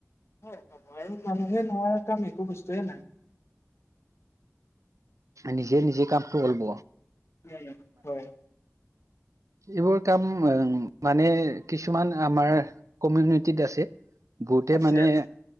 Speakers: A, on the left; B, on the right.
A: <inaudible> হয় আৰু মানুহে নোৱাৰা কাম একো বস্তুয়ে নাই।
B: নিজে নিজে কামটো কৰিব।
A: উম হয়।
B: এইবোৰ কাম মানে, কিছুমান আমাৰ কমিউনিটিত আছে। বহুতে
A: আছে
B: মানে
A: আছে